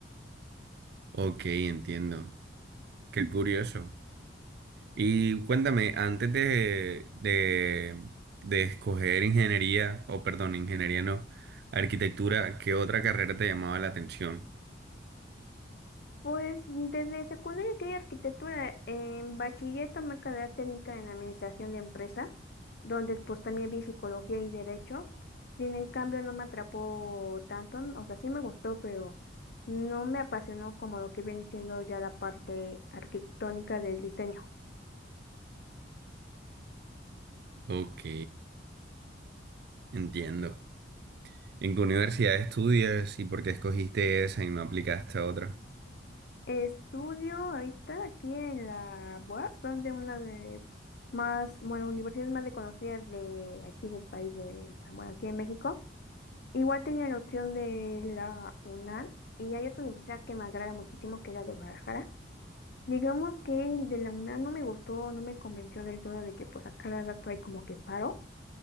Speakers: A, on the right; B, on the left.
A: Ok, entiendo. Qué curioso. Y cuéntame, antes de, de, de escoger ingeniería, o perdón, ingeniería no, arquitectura, ¿qué otra carrera te llamaba la atención?
B: Pues desde secundaria quería arquitectura. En bachiller tomé carrera técnica en administración de empresas, donde pues también vi psicología y derecho. Sin en cambio no me atrapó tanto, o sea, sí me gustó, pero no me apasionó como lo que viene siendo ya la parte arquitectónica del diseño.
A: Ok, entiendo. ¿En qué universidad estudias y por qué escogiste esa y no aplicaste a otra?
B: Estudio ahorita aquí en la UAP, son de una de más, bueno, universidades más reconocidas de aquí del país, de, bueno, aquí en México. Igual tenía la opción de la UNAM y hay otra universidad que me agrada muchísimo que es la de Guadalajara. Digamos que el de la UNAM no me gustó, no me convenció del todo de que pues a cada rato hay como que paro.